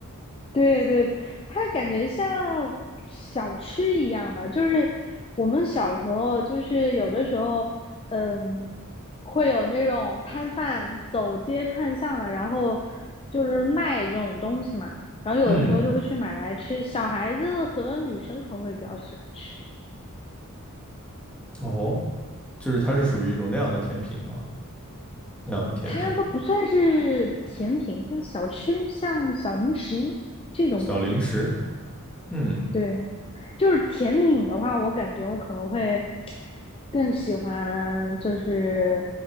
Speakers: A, on the left; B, in the centre.
A: 对对，它感觉像小吃一样吧，就是我们小时候，就是有的时候，嗯，会有那种摊贩走街串巷的，然后就是卖这种东西嘛，然后有的时候就会去买来吃。
B: 嗯，
A: 小孩子和女生可能会比较喜欢吃，
B: 哦，就是它是属于一种那样的甜品哈，那样的甜品
A: 它都不算是甜品，像小吃，像小零食这种感觉。
B: 小零食，嗯。
A: 对，就是甜品的话，我感觉我可能会更喜欢就是